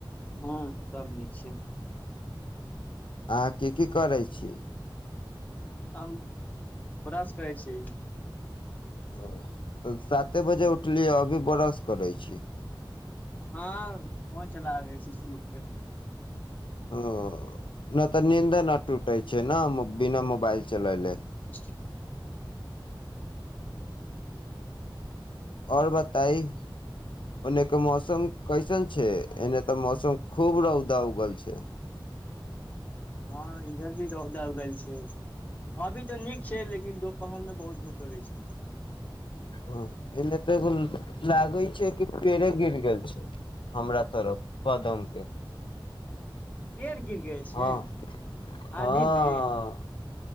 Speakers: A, on the left; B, on the left.
A: हँ सब नीक छै
B: अहाँ की की करै छी
A: अम ब्रश करै छी
B: ओ तऽ साते बजे उठलियै अभी ब्रश करै छी
A: हँ फोन चला रहय से उठ के न
B: ओ न तऽ नींदे न आ टूटे छै न बिना मोबाइल चलैले
A: <inaudible>
B: आओर बताय ओने के मौसम कैसन छै एने तऽ मौसम खूब रौदा उगल छै
A: हँ इधर भी रौदा उगल छै अभी तऽ नीक छै लेकिन दोपहरमे बहुत धूप रहय छै
B: हं एने तऽ एगो लागै छै कि पेड़े गिर गेल छै हमरा तरफ कदम के
A: पेड़ गिर गेल छै
B: हँ हँ
A: आंधी मे